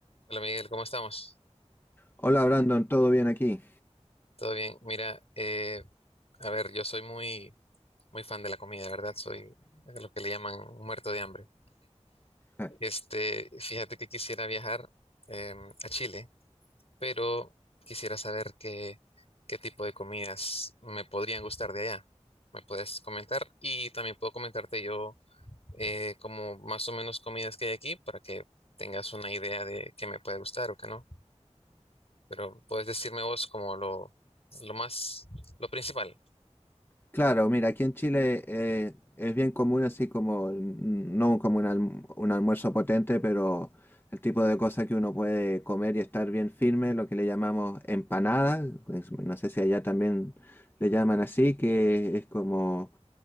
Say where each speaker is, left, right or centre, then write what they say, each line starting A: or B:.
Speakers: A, on the left; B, on the left.
A: Hola Miguel, ¿cómo estamos?
B: Hola Brandon, ¿todo bien aquí?
A: ¿Todo bien? Mira, eh, a ver, yo soy muy, muy fan de la comida, ¿verdad? Soy lo que le llaman un muerto de hambre.
B: Ja,
A: Este, fíjate que quisiera viajar eh, a Chile, pero quisiera saber qué, qué tipo de comidas me podrían gustar de allá. ¿Me puedes comentar? Y también puedo comentarte yo eh, como más o menos comidas que hay aquí para que tengas una idea de qué me puede gustar o qué no. Pero puedes decirme vos como lo, lo más, lo principal.
B: Claro, mira, aquí en Chile eh, es bien común así como, mm, no como un, alm- un almuerzo potente, pero el tipo de cosas que uno puede comer y estar bien firme, lo que le llamamos empanada, es- no sé si allá también le llaman así, que es como,